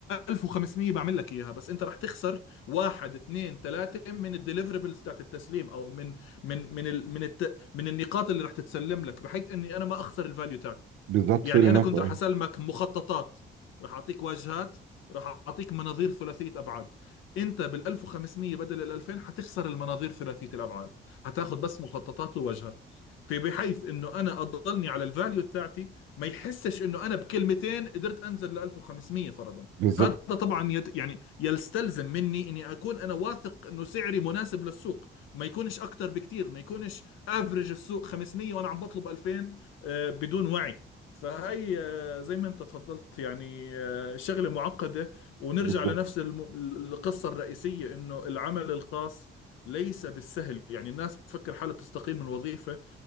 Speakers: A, on the left; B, on the right.
A: 1500 بعمل لك اياها بس انت رح تخسر واحد اثنين ثلاثه من الديليفربلز تاعت التسليم او من من من ال من الت من النقاط اللي رح تتسلم لك بحيث اني انا ما اخسر الفاليو تاعتي
B: بالظبط
A: يعني
B: فير انف
A: انا كنت
B: اه
A: رح اسلمك مخططات رح اعطيك واجهات رح اعطيك مناظير ثلاثيه ابعاد انت بال 1500 بدل ال 2000 حتخسر المناظير ثلاثيه الابعاد حتاخذ بس مخططات وواجهات في بحيث انه انا اضلني على الفاليو تاعتي ما يحسش انه انا بكلمتين قدرت انزل ل 1500 فرضا
B: بالظبط
A: هذا طبعا يد يعني يستلزم مني اني اكون انا واثق انه سعري مناسب للسوق ما يكونش اكتر بكتير ما يكونش افرج السوق 500 وانا عم بطلب 2000 آه، بدون وعي فهي آه، زي ما انت اتفضلت يعني آه، شغلة معقدة ونرجع
B: بالظبط
A: لنفس الم- القصة الرئيسية انه العمل الخاص ليس بالسهل يعني الناس بتفكر حالها تستقيل من وظيفة